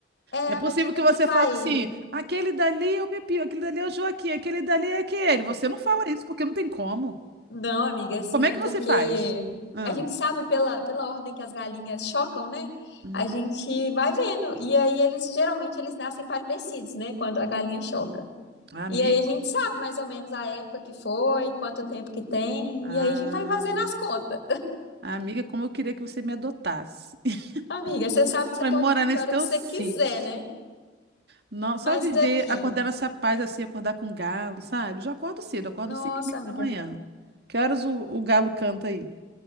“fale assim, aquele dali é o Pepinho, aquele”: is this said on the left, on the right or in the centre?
Right